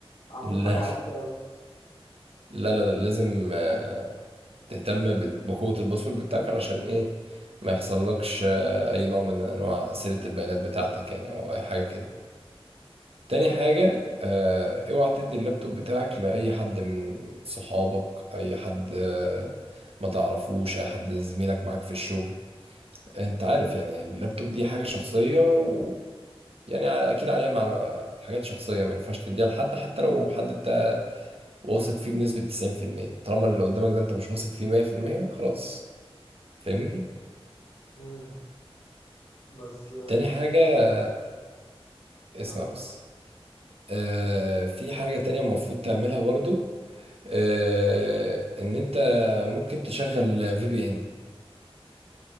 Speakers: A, on the left; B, on the right.
A: عامله
B: لا
A: حاجه عبيطه قوي
B: لا لا لا، لازم آه، تهتم ب- بقوة الباسورد بتاعك علشان ايه ما يحصلكش آه، اي نوع من انواع سرقة البيانات بتاعتك يعني او اي حاجة كده تاني حاجة آه، اوعى تدي اللابتوب بتاعك لأي حد من صحابك أي حد آه، ما تعرفوش أي حد زميلك معاك في الشغل أنت عارف يعني اللابتوب دي حاجة شخصية ويعني أكيد عليها مع حاجات شخصية ما ينفعش تديها لحد حتى لو حد أنت واثق فيه بنسبة 90% طالما اللي قدامك ده أنت مش واثق فيه 100% خلاص فاهمني؟
A: امم بس
B: تاني حاجة
A: آه،
B: اسمع
A: كم
B: بس آه في حاجة تانية المفروض تعملها برضو آه ان انت ممكن تشغل في بي ان